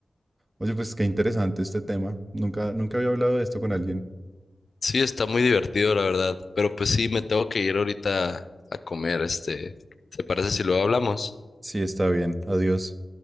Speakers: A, on the right; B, on the left.
A: Oye, pues qué interesante este tema. Nunca, nunca había hablado de esto con alguien.
B: Sí, está muy divertido, la verdad. Pero pues sí, me tengo que ir ahorita a comer, este. ¿Te parece si luego hablamos?
A: Sí, está bien. Adiós.